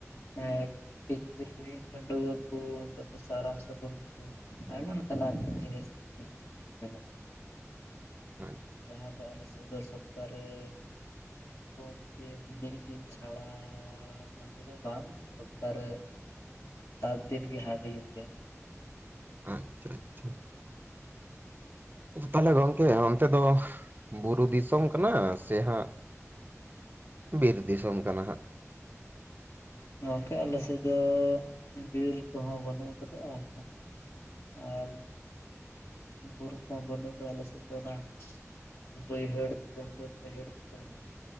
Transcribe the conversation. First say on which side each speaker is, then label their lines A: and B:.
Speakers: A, on the left; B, on the right.
A: <unintelligible> ᱠᱤᱪᱤᱨᱤᱡ ᱠᱚ <inaudible> <unintelligible> ᱟᱭᱢᱟ ᱞᱮᱠᱟᱱᱟᱜ ᱡᱤᱱᱤᱥ ᱯᱟᱨᱥᱤ ᱧᱟᱢᱚᱜ ᱠᱟᱱᱟ᱾
B: ᱟᱪᱪᱷᱟ
A: ᱡᱟᱦᱟᱸ ᱫᱚ, ᱟᱞᱮ ᱥᱮᱫ ᱫᱚ ᱥᱚᱯᱛᱟ ᱨᱮ ᱾ ᱯᱳᱱ ᱫᱤᱱ ᱢᱤᱫ ᱫᱤᱱ ᱪᱷᱟᱲᱟ ᱾ ᱚᱱᱛᱮ ᱫᱚ ᱵᱟᱝ, ᱥᱚᱯᱛᱟ ᱨᱮ ᱥᱟᱛᱫᱤᱱ ᱜᱮ ᱦᱟᱴ ᱦᱳᱭᱩᱜ ᱛᱟᱦᱮᱱᱟᱟ ᱾
B: ᱟᱪᱪᱷᱟ ᱟᱪᱪᱷᱟ, ᱛᱟᱦᱚᱞᱮ ᱜᱚᱝᱠᱮ ᱚᱱᱛᱮ ᱫᱚ ᱾ ᱵᱩᱨᱩ ᱫᱤᱥᱚᱢ ᱠᱟᱱᱟ ᱥᱮ, ᱦᱟᱸᱜ ᱵᱤᱨ ᱫᱤᱥᱚᱢ ᱠᱟᱱᱟ ᱦᱟᱸᱜ?
A: ᱜᱚᱝᱠᱮ ᱟᱞᱮ ᱥᱮᱫ ᱫᱚ ᱵᱤᱨ ᱠᱚᱦᱚᱸ ᱵᱟᱹᱱᱩᱜ ᱠᱟᱫᱟ ᱟᱨ ᱟᱨ ᱵᱩᱨᱩ ᱠᱚ ᱵᱟᱹᱱᱩᱜ ᱟᱠᱟᱫᱟ ᱟᱞᱮ ᱥᱮᱫ ᱫᱚ ᱚᱱᱟ ᱾ ᱵᱟᱹᱭᱦᱟᱹᱲ ᱪᱟᱢᱯᱟᱫ ᱵᱟᱹᱭᱦᱟᱹᱲ ᱪᱟᱢ